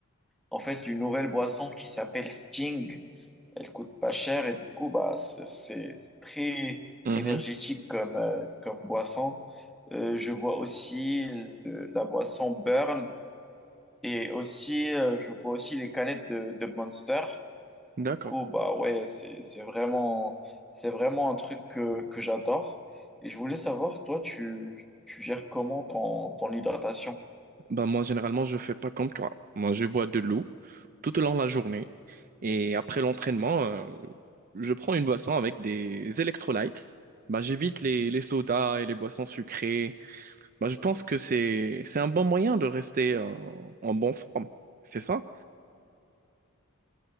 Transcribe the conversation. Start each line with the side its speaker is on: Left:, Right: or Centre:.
Centre: en fait, une nouvelle boisson qui s'appelle Sting. Elle coûte pas cher et du coup, bah, c'est c'est- c'est très
Right: Mhm.
Centre: énergétique comme, euh, comme boisson. Euh, je bois aussi le- la boisson Burn et aussi, euh, je bois aussi les canettes de, de Monster.
Right: D'accord.
Centre: Du coup, bah ouais, c'est, c'est vraiment, c'est vraiment un truc que, que j'adore. Et je voulais savoir, toi, tu, tu gères comment ton, ton hydratation?
Right: Ben moi, généralement, je fais pas comme toi. Moi, je bois de l'eau tout au long de la journée. Et après l'entraînement, euh, je prends une boisson avec des électrolytes. Ben j'évite les, les sodas et les boissons sucrées. Ben je pense que c'est, c'est un bon moyen de rester, euh, en bonne forme. C'est ça?